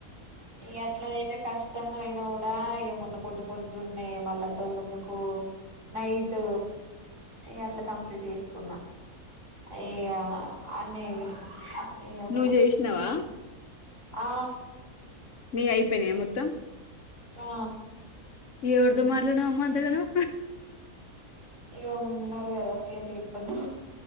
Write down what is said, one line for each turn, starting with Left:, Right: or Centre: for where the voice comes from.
Right: ఇ ఎట్ల నైనా కాస్ట్ ష్టంగా అయినా కూడా ఏమన్న పొద్దు పొద్దున్నే మళ్ళంతకు ముందుకు నైట్ ఇగా అట్లా కంప్లీట్ చేసుకున్నా. ఇగ అన్నయ్యది ఇగ అట్లా.
Left: నువ్వు చేసినావా
Right: ఆ
Left: మీవి అయిపోయినాయా మొత్తం.
Right: ఆ
Left: ఎవరితో మాట్లాడినావమ్మ అంతగానం
Right: ఇగా ఉన్నారు గద పేరులు చెప్పదు.